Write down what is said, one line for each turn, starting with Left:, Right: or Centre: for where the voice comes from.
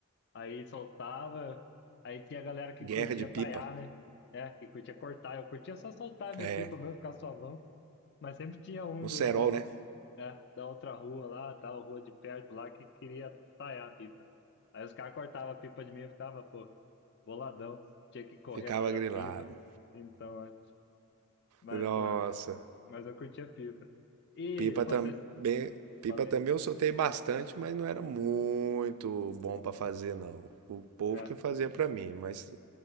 Left: Aí soltava, aí tinha a galera que
Right: Guerra
Left: curtia
Right: de pipa.
Left: taiar, né? É, que curtia cortar. Eu curtia só soltar a minha
Right: É.
Left: pipa mesmo, ficar suavão. Mas sempre tinha um
Right: no
Left: do,
Right: cerol,
Left: da, ru-
Right: né?
Left: é, da outra rua lá, tal, rua de perto lá, que queria taiar a pipa. Aí os caras cortavam a pipa de mim e eu ficava, pô boladão. Tinha que correr
Right: Ficava
Left: atrás
Right: grilado.
Left: da pipa. Então, é. Mas,
Right: Nossa.
Left: pô, mas eu curti a pipa. E,
Right: Pipa
Left: pô,
Right: também,
Left: vocês.
Right: pipa
Left: Falei.
Right: também eu soltei bastante, mas não era muito bom para fazer não. O povo
Left: É,
Right: que fazia para mim, mas